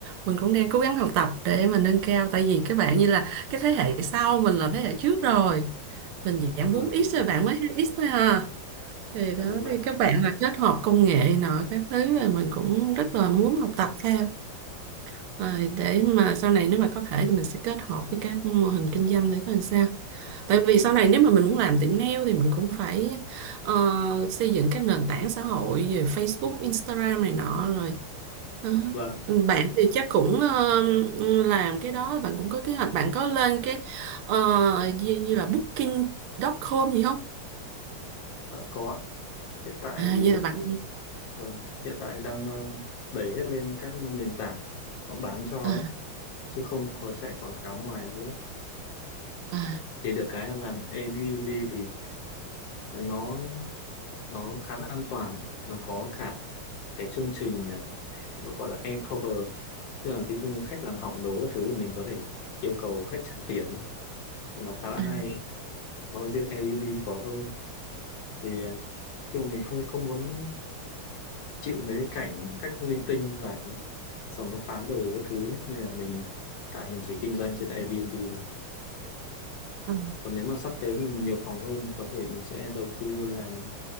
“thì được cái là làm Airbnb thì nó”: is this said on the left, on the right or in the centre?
Left